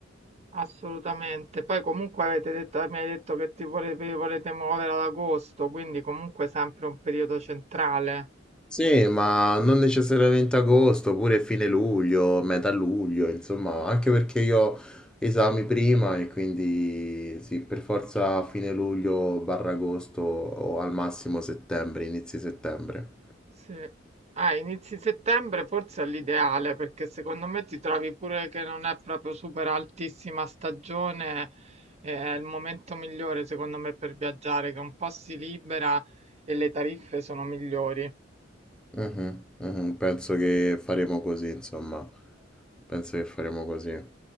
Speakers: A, on the right (about 35°); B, in the centre.
A: Assolutamente. Poi comunque avete detto, mi hai detto che ti vole- vi volete muovere ad agosto, quindi comunque sempre un periodo centrale.
B: Sì, ma non necessariamente agosto, pure fine luglio, metà luglio, insomma, anche perché io ho esami prima e quindi sì, per forza fine luglio barra agosto o al massimo settembre, inizi settembre.
A: Sì. Ah, inizi settembre forse è l'ideale, perché secondo me ti trovi pure che non è proprio super altissima stagione, eh, è il momento migliore secondo me per viaggiare, che un po' si libera e le tariffe sono migliori.
B: Mhm, mhm, penso che faremo così, insomma, penso che faremo così.